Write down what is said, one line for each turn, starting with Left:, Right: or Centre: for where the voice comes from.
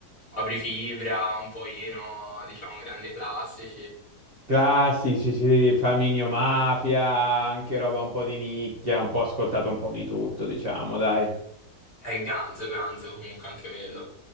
Left: Apri Fibra, un po' Eno, diciamo, grandi classici.
Right: Classici, sì, sì, Flaminio Mafia, anche roba un po' di nicchia, un po' ascoltato un po' di tutto, diciamo, dai.
Left: È Ganzo, Ganzo comunque anche quello.